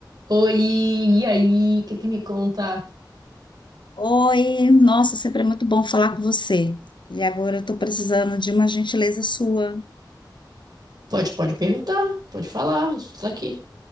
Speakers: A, on the right; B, on the left.
A: Oi, e aí? O que que me conta?
B: Oi, nossa, sempre é muito bom falar com você. E agora eu estou precisando de uma gentileza sua.
A: Pode, pode perguntar, pode falar, a gente tá aqui.